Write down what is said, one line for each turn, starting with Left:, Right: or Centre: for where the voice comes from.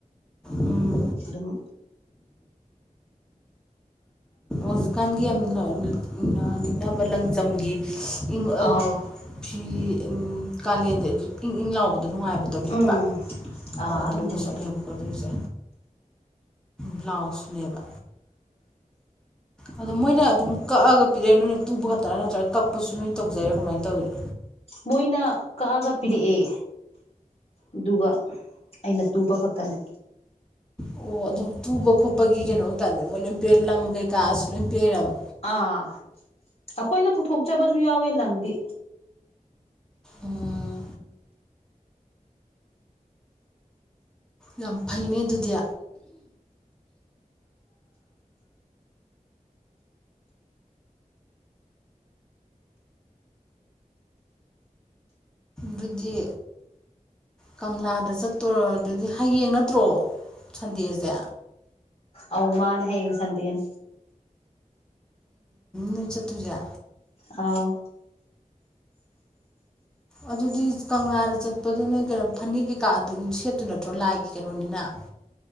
Centre: ꯎꯝ
Left: ꯑꯗꯨꯝ
Centre: ꯍꯧꯖꯤꯛꯀꯥꯟꯒꯤ ꯌꯥꯝ ꯂꯤꯅꯤꯛꯅꯕ ꯂꯪꯗꯝꯝꯒꯤ ꯪ
Left: ꯑꯥꯎ
Centre: ꯐꯤ ꯀꯥꯂꯦꯟꯗ ꯏꯪ ꯏꯪ ꯂꯥꯎꯕꯗꯣ ꯑꯗꯨ ꯅꯨꯡꯉꯥꯏꯕꯗꯣ ꯂꯤꯠꯄ
Left: ꯎꯝ ꯑꯥ
Centre: ꯑꯣ ꯑꯗꯨꯝꯕꯁꯨꯅꯦꯕꯀꯣ
Left: ꯑꯗꯨꯒꯨꯝꯕꯗꯣ
Centre: ꯑꯗꯨꯏꯁꯦ ꯕ꯭ꯂꯥꯎꯖꯁꯨꯅꯦꯕ ꯑꯗꯣ ꯃꯣꯏꯅ ꯑꯗꯨꯝ ꯀꯛꯑꯒ ꯄꯤꯔꯛꯏꯦ ꯅꯣꯏꯅ ꯇꯨꯕ ꯈꯛꯇꯅꯥ ꯅꯠꯇ꯭ꯔꯒ ꯀꯛꯄꯁꯨ ꯅꯣꯏꯅ ꯇꯧꯖꯩꯔꯥ ꯀꯃꯥꯏꯅ ꯇꯧꯋꯤꯅꯣ
Left: ꯃꯣꯏꯅ ꯀꯛꯑꯒ ꯄꯤꯔꯛꯑꯦ ꯑꯗꯨꯒ ꯑꯩꯅ ꯇꯨꯕ ꯈꯛꯇꯅꯤ
Centre: ꯑꯣ ꯑꯗꯨ ꯇꯨꯕ ꯈꯣꯠꯄꯒꯤ ꯀꯩꯅꯣ ꯑꯣꯏꯇꯥꯥꯟꯗꯗꯤ ꯃꯣꯏ ꯂꯣꯏ ꯄꯦ ꯂꯪ ꯀꯩꯀꯥꯁꯨ ꯂꯣꯏ ꯄꯦꯜꯑꯦꯕ
Left: ꯑꯥ ꯑꯩꯈꯣꯏꯅ ꯄꯨꯊꯣꯛꯆꯕꯁꯨ ꯌꯥꯎꯋꯦ ꯂꯪꯗꯤ
Centre: ꯎꯝ ꯌꯥꯝ ꯐꯩꯅꯦ ꯑꯗꯨꯗꯤ ꯕꯨꯗꯤ ꯀꯪꯂꯥꯗ ꯆꯠꯇꯣꯔ ꯑꯗꯨꯗꯤ ꯍꯌꯦꯡ ꯅꯠꯇ꯭ꯔꯣ ꯁꯟꯗꯦꯁꯦ
Left: ꯑꯧ ꯃꯥꯅꯦ ꯍꯌꯦꯡ ꯁꯟꯗꯦꯟ
Centre: ꯌꯦ ꯆ ꯇꯨꯖ
Left: ꯑꯥꯎ
Centre: ꯑꯗꯨꯗꯤ ꯀꯪꯂꯥꯗ ꯆꯠꯄꯗꯨ ꯅ ꯀꯩꯅꯣ ꯐꯅꯦꯛ ꯀꯩꯀꯥ ꯑꯗꯨꯝ ꯁꯦꯠꯇꯨ ꯅꯠꯇ꯭ꯔꯣ ꯂꯥꯏꯒꯤ ꯀꯩꯅꯣꯅꯤꯅ <unintelligible>